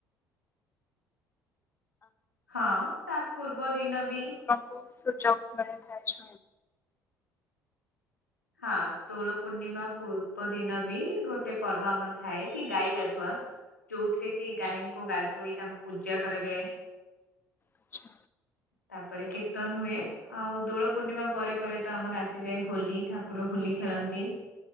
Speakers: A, on the left; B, on the left.
A: ହଁ ତା ପୂର୍ବ ଦିନ ବି
B: ବହୁତ ସୁଯୋଗ ମିଳିଥାଏ।
A: ହଁ ଦୋଳ ପୂର୍ଣ୍ଣିମା ପୂର୍ବ ଦିନ ବି ଗୋଟେ ପର୍ବ ଆମର ଥାଏ କି ଗାଈ ଗାଧୁଆ ଯୋଉଥିରେ କି ଗାଈଙ୍କୁ ଗାଧୋଇ ତାଙ୍କୁ ପୂଜା କରାଯାଏ।
B: ଆଚ୍ଛା।
A: ତାପରେ କୀର୍ତ୍ତନ ହୁଏ ଆଉ ଦୋଳ ପୂର୍ଣ୍ଣିମା ପରେ ପରେ ତ ଆମର ଆସିଯାଏ ହୋଲି ଠାକୁର ହୋଲି ଖେଳନ୍ତି।